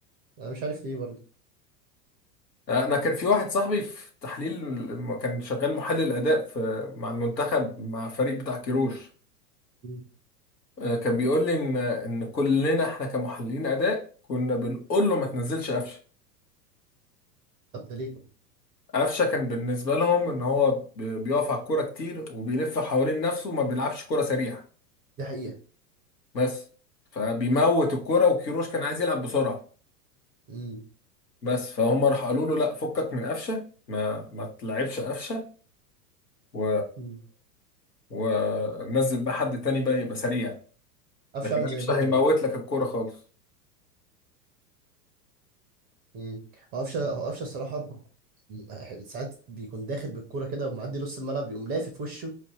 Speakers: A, on the right; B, on the left.
A: انا مش عارف ليه برضه
B: انا كان في واحد صاحبي في تحليل لما كان شغال محلل اداء في مع المنتخب مع الفريق بتاع كيروش
A: مم.
B: آه، كان بيقول لي ان ان كلنا احنا كمحللين اداء كنا بنقول له ما تنزلش قفشه
A: طب ده ليه
B: قفشه كان بالنسبه لهم ان هو بي- بيقف على الكوره كتير وبيلف حوالين نفسه وما بيلعبش كوره سريعه
A: دي حقيقه
B: بس فبيموت الكوره وكيروش كان عايز يلعب بسرعه
A: امم
B: بس فهم راح قالوا له لا فكك من قفشه ما ما تلعبش قفشه و
A: امم
B: ونزل بقى حد تاني بقى يبقى سريع
A: قفشه
B: لكن
A: عامل زي
B: قفشه
A: بدري
B: هيموت لك الكوره خالص
A: امم هو قفشه هو قفشه الصراحه ب- ساعات بيكون داخل بالكوره كده ومعدي نص الملعب يقوم لافف وشه